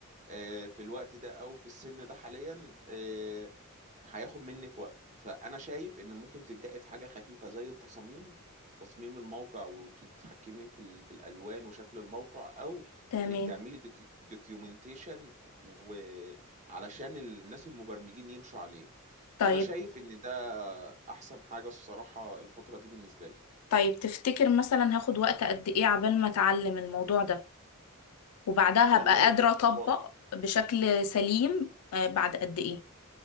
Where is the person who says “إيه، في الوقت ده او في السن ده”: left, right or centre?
Right